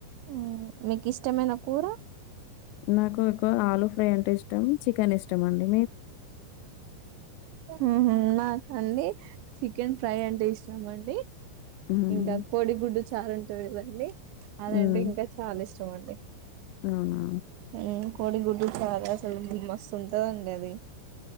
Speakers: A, on the right; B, on the left.
A: ఉమ్ మీకు ఇష్టమైన కూర.
B: నాకు ఎక్కువ ఆలూ ఫ్రై అంటే ఇష్టం చికెన్ ఇష్టం అండి.
A: ఉహూ. నాకా అండి చికెన్ ఫ్రై అంటే ఇష్టం అండి.
B: హ్మ్.
A: ఇంకా కోడి గుడ్డు చారు అంటారు కదండి. అదంటే
B: హ్మ్.
A: ఇంకా చాలా ఇష్టం అండి
B: అవునా!
A: ఉమ్. కోడి గుడ్డు చారు అసలు మస్తుంటదండి అది.